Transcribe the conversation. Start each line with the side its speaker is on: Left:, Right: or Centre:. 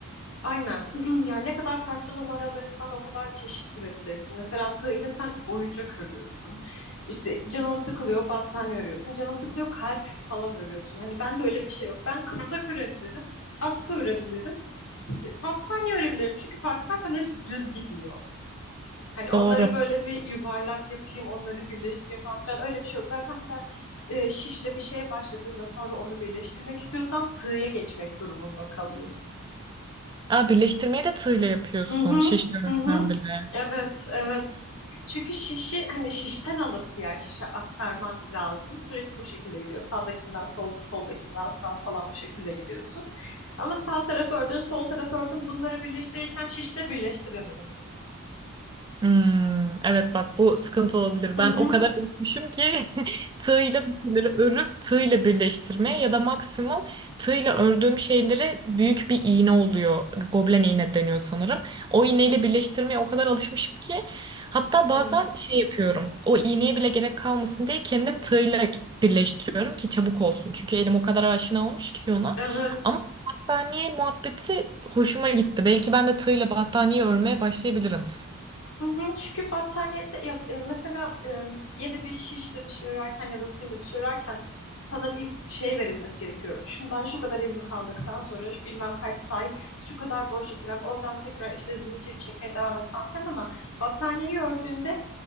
Left: Aynen. <clears throat> Yani ne kadar farklı numara alırsan o kadar çeşit ürebilirsin. Mesela tığ ile sen oyuncak örüyorsun. İşte canın sıkılıyor, battaniye örüyorsun. Canın sıkılıyor, kalp falan örüyorsun. Hani ben de öyle bir şey yok. Ben kazak örebilirim, atkı örebilirim, e, battaniye örebilirim. Çünkü fark edersen hepsi düz gidiyor. Hani onları
Right: Doğru.
Left: böyle bir yuvarlak yapayım, onları birleştireyim falan filan öyle bir şey yok. Zaten mesela e, şişle bir şeye başladığında sonra onu birleştirmek istiyorsan tığya geçmek durumunda kalıyorsun.
Right: Aa, birleştirmeyi de tığla yapıyorsun
Left: Hı hı,
Right: şişli
Left: hı
Right: örsen
Left: hı.
Right: bile.
Left: Evet, evet. Çünkü şişi hani şişten alıp diğer şişe aktarman lazım. Sürekli bu şekilde gidiyor. Sağdakinden sol, soldakinden sağ falan bu şekilde gidiyorsun. Ama sağ tarafı ördün, sol tarafı ördün. Bunları birleştirirken şişle birleştiremiyorsun.
Right: Hmm, evet bak bu sıkıntı olabilir.
Left: Hı
Right: Ben
Left: hı.
Right: o kadar alışmışım ki <laughs> tığıyla bir şeyleri örüp tığıyla birleştirmeye ya da maksimum tığıyla ördüğüm şeyleri büyük bir iğne oluyor. Goblen iğne deniyor sanırım. O iğneyle birleştirmeye o kadar alışmışım ki hatta
Left: Hı.
Right: bazen şey yapıyorum. O iğneye bile gerek kalmasın diye kendim tığıyla birleştiriyorum ki çabuk olsun. Çünkü elim o kadar aşina olmuş ki ona.
Left: Evet.
Right: Ama battaniye muhabbeti hoşuma gitti. Belki ben de tığıyla battaniye örmeye başlayabilirim.
Left: Hı hı, çünkü battaniyede ya e, mesela e, yeni bir şişle bir şey örerken ya da tığla bir şey örerken sana bir şey verilmesi gerekiyor. Şundan şu kadar ilmek aldıktan sonra şu bilmem kaç say, şu kadar boşluk bırak, oradan tekrar işte zincir çekmeye devam et falan filan ama battaniyeyi ördüğünde